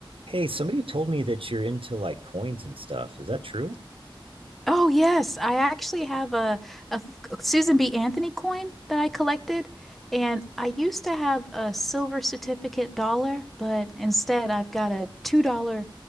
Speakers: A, on the right (about 80°); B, in the centre.
A: Hey, somebody told me that you're into like coins and stuff. Is that true?
B: Oh yes, I actually have a, a f- Susan B. Anthony coin that I collected, and I used to have a silver certificate dollar, but instead I've got a two dollar,